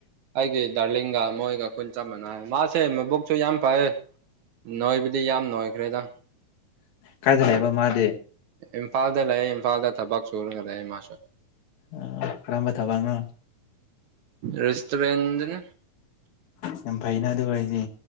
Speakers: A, on the right; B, on the left.
A: ꯑꯩꯒꯤ ꯗꯥꯔꯂꯤꯡꯒ ꯃꯣꯏꯒ ꯈꯨꯟ ꯆꯞ ꯃꯥꯟꯅꯩꯌꯦ ꯃꯥꯁꯦ ꯃꯕꯨꯛꯁꯨ ꯌꯥꯝ ꯐꯌꯦ ꯅꯣꯏꯕꯗꯤ ꯌꯥꯝ ꯅꯣꯏꯈ꯭ꯔꯦꯗ
B: ꯀꯥꯏꯗ ꯂꯩꯕ ꯃꯥꯗꯤ
A: ꯏꯝꯐꯥꯜꯗ ꯂꯩꯌꯦ ꯏꯝꯐꯥꯜꯗ ꯊꯕꯛ ꯁꯨꯔꯒ ꯂꯩ ꯃꯥꯁꯨ
B: ꯑꯥ ꯀꯔꯝꯕ ꯊꯕꯛꯅꯣ
A: ꯔꯦꯁꯇꯨꯔꯦꯟꯗꯅꯦ
B: ꯌꯥꯝ ꯐꯩꯩꯅ ꯑꯗꯨ ꯑꯣꯏꯗꯤ